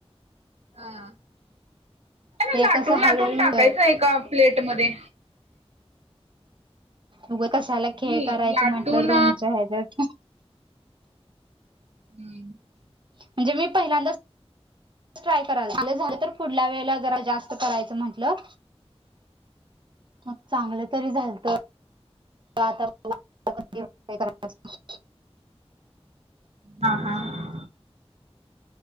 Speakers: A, on the right; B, on the right.
A: हा
B: ते
A: लाटून
B: कसं
A: लाटून
B: हळूहळू
A: टाकायचं
B: होय
A: एका प्लेट मध्ये.
B: उगं कशाला
A: मी
B: खेळ करायचं
A: लाटून
B: म्हटलं रूमचंं ह्याच्यात.
A: हा
B: म्हणजे मी पहिल्यांदा ट्राय कराल झालं झालं तर पुढल्या वेळेला जरा जास्त करायचं म्हटलं.
A: हम््हम् हम्म.
B: मग चांगलं तरी झालतं आता व दे. करायला.
A: हा हा.